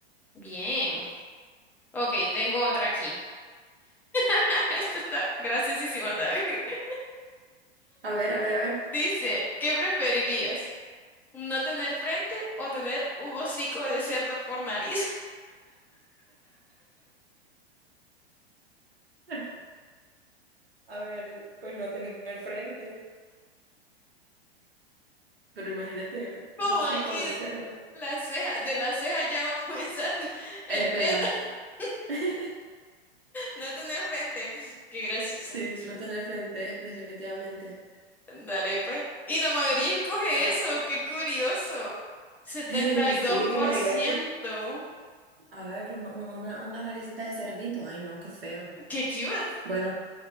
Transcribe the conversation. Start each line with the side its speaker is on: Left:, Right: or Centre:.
Centre: bien. Ok, tengo otra aquí. <laughs> Esta está graciosísima también. <laughs>
Right: A ver, a ver, a ver.
Centre: Dice, ¿qué preferirías? No tener frente o tener un hocico de cerdo por nariz.
Right: <laughs> A ver, pues no tener frente. Pero imagínate
Centre: <laughs>
Right: un
Centre: Como
Right: hocico
Centre: aquí
Right: de cerdo.
Centre: las cejas, de las cejas ya va a comenzar <laughs> el
Right: El pelo.
Centre: pelo. <laughs>
Right: <laughs>
Centre: No tener frente. Qué graciosa.
Right: Sí, no tener frente, definitivamente.
Centre: Dale, pues. Y la mayoría escoge
Right: Ah,
Centre: eso. Qué curioso. setenta
Right: eh, pues
Centre: y dos
Right: sí, que
Centre: por
Right: imagínate.
Centre: ciento
Right: A ver, un- un- una, una naricita de cerdito. Ay, no, qué feo.
Centre: Qué cute.
Right: Bueno,